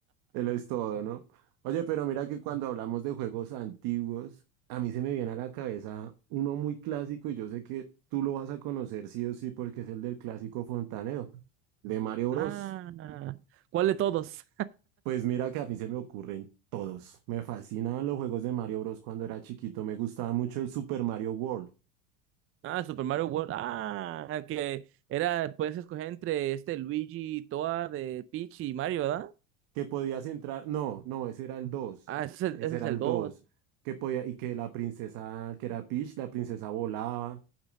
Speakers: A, on the right; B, on the right.
A: Él es todo, ¿no? Oye, pero mira que cuando hablamos de juegos antiguos, a mí se me viene a la cabeza uno muy clásico y yo sé que tú lo vas a conocer sí o sí porque es el del clásico fontanero, de Mario Bros.
B: ah, ¿cuál de todos?
A: Pues mira que a mí se me ocurren todos. Me fascinaban los juegos de Mario Bros. cuando era chiquito. Me gustaba mucho el Super Mario World.
B: Ah, Super Mario World. Ah, el que era, puedes escoger entre este Luigi, Toa de Peach y Mario, ¿verdad?
A: Que podías entrar. No, no, ese era el 2.
B: Ah, ese es
A: Ese
B: el, ese
A: era
B: es el
A: el
B: 2.
A: dos Que podía, y que la princesa, que era Peach, la princesa volaba.